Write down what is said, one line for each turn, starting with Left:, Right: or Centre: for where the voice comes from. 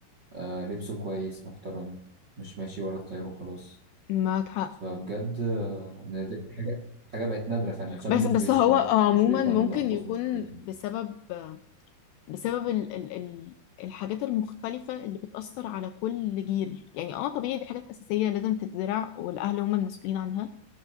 Right: آه لبسه كويس محترم مش ماشي ورا التيار وخلاص
Left: معاك حق
Right: فبجد آه، ناد- حاجة حاجة بقت نادرة فعلا شاب
Left: بس
Right: مش
Left: بس
Right: بيشتم
Left: هو عموما
Right: مش بيطلع
Left: ممكن
Right: منه ألفاظ
Left: يكون
Right: مش كويسة
Left: بسبب بسبب ال ال ال الحاجات المختلفة اللي بتأثر على كل جيل يعني اه طبيعي دي حاجات أساسية لازم تتزرع والأهل هم المسؤولين عنها